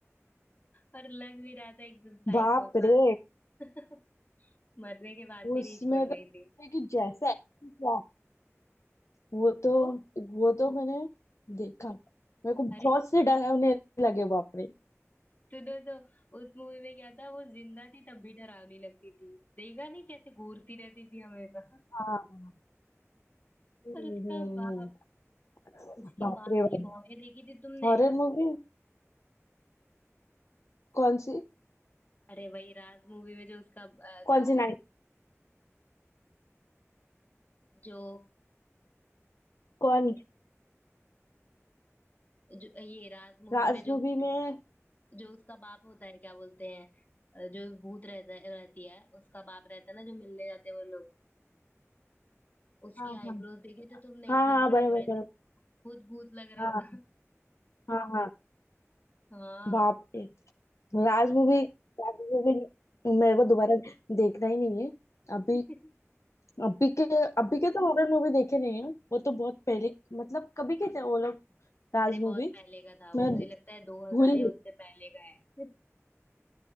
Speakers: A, on the left; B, on the left.
A: और लग भी रहा था एकदम साइको
B: बाप
A: पर
B: रे
A: <laughs> मरने के बाद भी
B: उसमें
A: नहीं छोड़ रही
B: तो लगता
A: थी
B: है कि जैसा action किया वो तो
A: तो वो,
B: वो तो
A: वो
B: मैंने देखा मेरे को बहुत
A: अरे
B: से डरावने लगे बाप रे
A: तूने तो उस मूवी में क्या था वो जिंदा थी तब भी डरावनी लगती थी देखा नहीं कैसे घूरती रहती थी हमेशा
B: हाँ हम्म
A: और उसका
B: हम्म,
A: बाप
B: हम्म।
A: उसकी
B: बाप
A: बाप
B: रे बाप
A: की भौहें देखी थी तुमने
B: हॉरर मूवी कौन सी
A: अरे वही राज मूवी में जो उसका अ,
B: कौन
A: जो
B: सी नाइट
A: जो
B: कौन
A: जो ये राज मूवी
B: राज
A: में जो
B: मूवी में
A: जो उसका बाप होता है क्या बोलते हैं अ, जो भूत रहता रहती है उसका बाप रहता है ना जो मिलने जाते हैं वो लोग उसके
B: हाँ
A: आईब्रोज
B: हाँ
A: देखे थे तुमने
B: हाँ
A: इतने
B: हाँ
A: बड़े
B: बराबर
A: बड़े
B: बराबर
A: थे खुद भूत लग
B: हाँ
A: रहा था
B: हाँ हाँ
A: हाँ
B: बाप रे राज मूवी राज मूवी मेरे को दोबारा देखना ही नहीं है
A: <laughs>
B: अभी अभी के अभी के तो हॉरर मूवी देखे नहीं है वो तो बहुत पहले मतलब कभी के थे वो लोग राज
A: अरे
B: मूवी
A: बहुत पहले का था वो
B: मैं
A: मुझे लगता है दो
B: भूल
A: हजार
B: ही
A: या
B: गई
A: उससे पहले का है